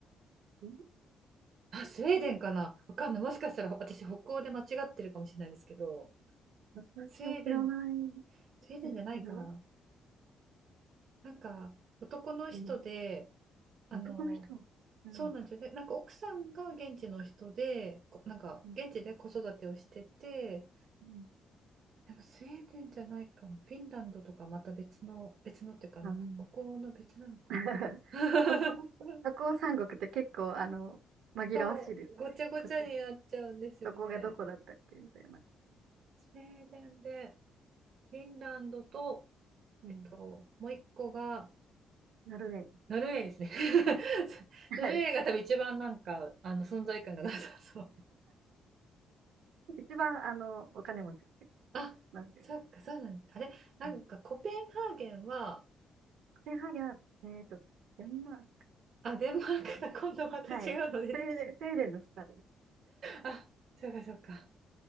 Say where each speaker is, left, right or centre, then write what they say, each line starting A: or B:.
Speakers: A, on the right (about 80°); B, on the right (about 60°).
A: うん
B: <laughs> あ、スウェーデンかなわかんない。もしかしたら私、北欧で間違ってるかもしれないですけど、
A: 私は知らない
B: スウェーデン、スウェーデンじゃないかな
A: ですけど、
B: なんか、男の人で、
A: うん
B: あの、
A: 男の人、うん、
B: そうなんですよね。なんか奥さんが現地の人で、こなんか現地で子育てをしてて、
A: うん、うん、
B: でもスウェーデンじゃないかも。フィンランドとかまた別の、別のっていうかあの、
A: あの、
B: ここの別なのかな。
A: <laughs>
B: <laughs>
A: 北欧、北欧三国って結構、あの、紛らわしいです。
B: そう、ごちゃごちゃになっちゃうんですよね。
A: こどこがどこだったっけみたいな。
B: スウェーデンで、フィンランドと、
A: うん、
B: えっと、もう一個が、
A: ノルウェー。
B: ノルウェーですね。<laughs>
A: はい。
B: ノルウェーが多分一番なんか、あの、存在感がなさそう。
A: 一番、あの、お金持ちですね。
B: あ、
A: ノルウェー。
B: そっか、そうなんです。あれ、なんかコペンハーゲンは、
A: うんコペンハーゲンは、えっと、デンマーク。
B: あ、デンマークだ、<laughs> 今度また違うの出てきちゃっ
A: はい。スウェーデン、スウェーデンの下です。
B: た。あ、そうか、そうか。